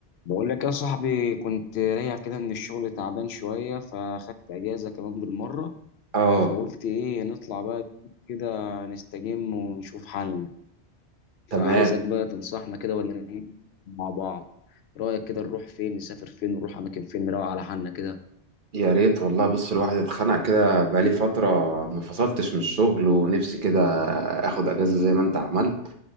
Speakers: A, on the left; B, on the right.
A: بقول لك يا صاحبي كنت راجع كده من الشغل تعبان شوية فاخدت أجازة كمان بالمرة
B: اه
A: فقلت إيه نطلع بقى كده نستجم ونشوف حالنا
B: تمام
A: فعايزك بقى تنصحنا كده ولا نعمل مع بعض رأيك كده نروح فين نسافر فين نروح أماكن فين نروق على حالنا كده
B: يا ريت والله بص الواحد اتخنق كده بقالي فترة ما فصلتش من الشغل ونفسي كده اخد اجازة زي ما انت عملت